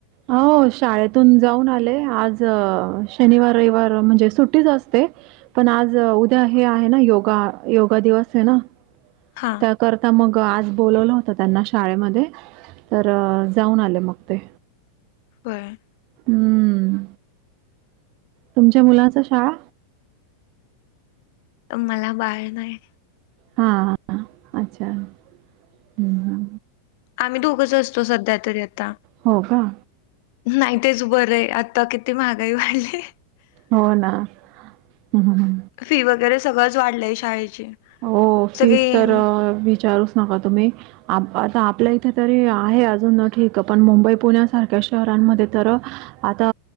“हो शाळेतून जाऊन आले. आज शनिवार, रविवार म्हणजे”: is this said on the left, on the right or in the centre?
Right